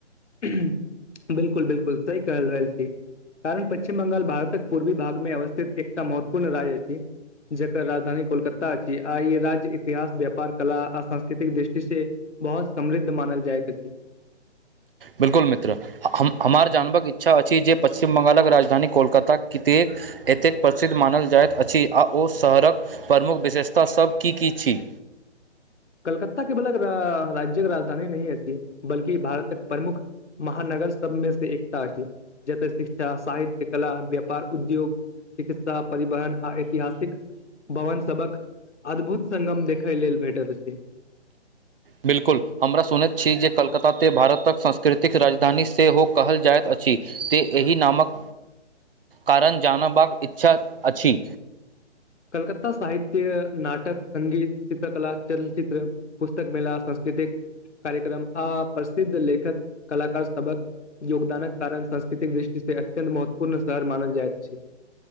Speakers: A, on the left (about 75°); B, on the right (about 55°).
A: बिलकुल बिलकुल सही कहल रहल छी कारण पश्चिम बंगाल भारतक पूर्वी भागमे अवस्थित एकटा महत्वपूर्ण राज्य छी जकर राजधानी कोलकाता अछि आ ई राज्य इतिहास व्यापार कला आ सांस्कृतिक दृष्टिसँ बहुत समृद्ध मानल जाइत अछि
B: बिल्कुल मित्र हमार जानवक इच्छा अछि जे पश्चिम बंगालक राजधानी कोलकता कते एतेक प्रसिद्ध मानल जाइत अछि आ ओ शहरक प्रमुख विशेषतासभ की की छी
A: कलकत्ता केवल राज्यक राजधानी नहि अछि बल्कि भारतक प्रमुख महानगर सबमे से एकता अछि जतय शिक्षा साहित्य कला व्यापार उद्योग चिकित्सा परिवहन आ ऐतिहासिक भवन सभक अद्भुत संगम देखय लेल भेटैत अछि छी
B: बिल्कुल हमरा सुनैत छी जे कलकता तऽ भारतक सांस्कृतिक राजधानी सेहो कहल जाइत अछि छि तऽ एहि नामक कारण जानबाक इच्छा अछि
A: कलकता साहित्य नाटक संगीत चित्रकला चलचित्र पुस्तक मेला संस् कृतिक कार्यक्रम आ प्रसिद्ध लेखक कलाकार सबक योगदानक कारण सांस्कृतिक दृष्टिसँ अत्यन्त महत्वपूर्ण शहर मानल जाइत अछि